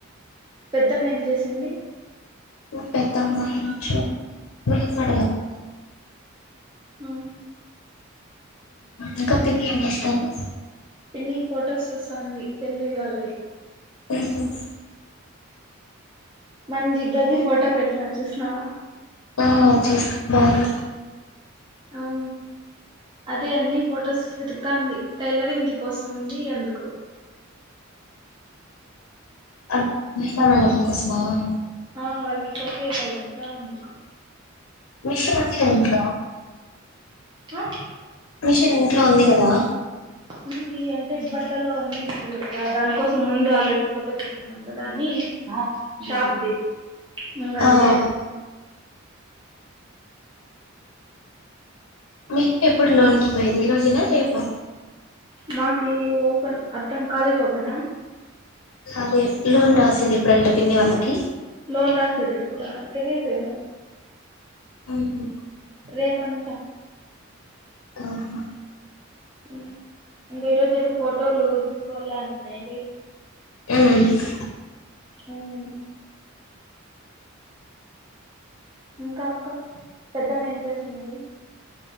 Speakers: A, on the right (about 20°); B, on the left (about 85°).
A: పెద్దమ్మ ఏం చేసింది
B: పెక్క మాక్ష ఉలి మటలకు <inaudible>
A: ఆ
B: ఇంకా పిన్ని ఏం చేస్తున్నారు
A: పిన్ని ఫొటోస్ చూస్తాంది పెళ్లివి వాళ్ళవి
B: హు హుమ్
A: మనది ఇద్దరిది ఫోటో పెట్టినా చూసినవా
B: ఆ చూసా బాగుంది
A: అవును అదే అన్ని ఫొటోస్ వెతుకుతంది టైలరింగ్ ది కోసంది అందుకు
B: అంటే మలా మళ మా కోసమా <unintelligible>
A: ఆ వాళ్ళకి ఫోటో ఇవ్వాలంట అందుకు
B: మిషన్ ఉంది గద ఇంట్లో
A: హా
B: మిషన్ ఇంట్లో ఉంది కదా
A: ఉంది అంటే బట్టలు అన్ని బట్టలు కదా దానికోసం ముందు ఆల్రెడీ ఫోటో తీసుకున్నాం కదా అని ఆ షాప్ ది ఇంగ
B: ఆ
A: అందుకే
B: ఆ,
A: <inaudible>
B: మీకు ఎప్పుడు లోనికి పోయింది ఈ రోజెనా రేపా
A: మాకి ఓపన్ అతం కాాలేజ్ ఓపన్ <unintelligible>
B: నాకు ఇంటి లోన్ రాసేది ఎప్పుడంట పిన్ని వాళ్ళకి
A: లోన్ రాసేది ఎప్పుడా తెలిదుమో
B: ఉమ్
A: రేపు కుంటా
B: ఆహ
A: ఉం ఇంగ ఈరోజు ఏదో ఫోటోలు తీసుకోవాల అనేది
B: <inaudible>
A: ఉం ఇంకా అక్క పెద్దమ్మ ఏం చేస్తుంది